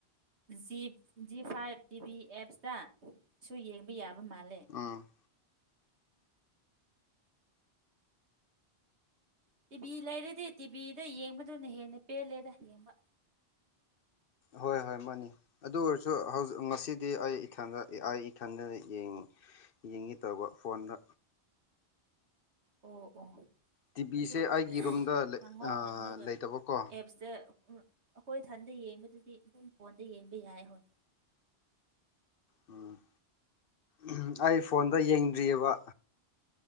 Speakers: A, on the right (about 90°); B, on the left (about 60°).
A: ꯖꯤ ꯖꯤ ꯐꯥꯏꯚ ꯇꯤꯚꯤ ꯑꯦꯞꯁꯇ ꯁꯨ ꯌꯦꯡꯕ ꯌꯥꯕ ꯃꯥꯜꯂꯦ꯫
B: ꯎꯝ꯫
A: ꯇꯤꯚꯤ ꯂꯩꯔꯗꯤ ꯇꯤꯚꯤꯗ ꯌꯦꯡꯕꯗꯨꯅ ꯍꯦꯟꯅ ꯄꯦꯜꯂꯦꯗ ꯌꯦꯡꯕ꯫
B: ꯍꯣꯏ ꯍꯣꯏ ꯃꯥꯅꯤ꯫ ꯑꯗꯨ ꯑꯣꯏꯔꯁꯨ ꯍꯧꯖꯤꯛ ꯉꯁꯤꯗꯤ ꯑꯩ ꯏꯊꯟꯗ ꯑꯩ ꯏꯊꯟꯗꯅ ꯌꯦꯡꯉꯤ꯫ ꯌꯦꯡꯉꯤ ꯇꯧꯕ ꯐꯣꯟꯗ꯫
A: ꯑꯣ ꯑꯣ꯫
B: ꯇꯤꯚꯤꯁꯦ
A: ꯑꯗꯨ
B: ꯑꯩꯒꯤ ꯔꯨꯝꯗ
A: ꯍꯥꯡꯎ ꯍꯥꯡꯒ
B: ꯂꯩꯇꯕꯀꯣ
A: ꯑꯦꯞꯁꯇ ꯑꯩꯈꯣꯏ ꯏꯊꯟꯗ ꯌꯦꯡꯕꯗꯨꯗꯤ ꯑꯗꯨꯝ ꯐꯣꯟꯗ ꯌꯦꯡꯕ ꯌꯥꯏ ꯍꯣꯏ꯫
B: ꯎꯝ ꯎꯝ ꯑꯩ ꯐꯣꯟꯗ ꯌꯦꯡꯗ꯭ꯔꯤꯑꯕ꯫